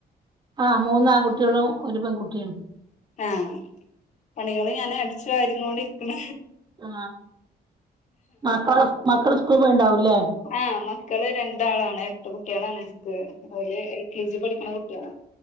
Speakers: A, on the right (about 25°); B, on the left (about 45°).
A: ആഹ് മൂന്ന ആൺകുട്ടികളും ഒരു പെൺകുട്ടിയും
B: ആഹ പണികള് ഞാന് അടിച്ചുവാരിക്കോണ്ടിരിക്കണ
A: ആ മക്കള മക്കള സ്കൂളി പോയിട്ടുണ്ടാവും ഇല്ലേ
B: ആഹ മക്കള് രണ്ടാളാണ് ഇരട്ട കുട്ടികളാണ് എനിക്ക് ഓല് എൽ കെ ജി പഠിക്കണ കുട്ടികളാണ്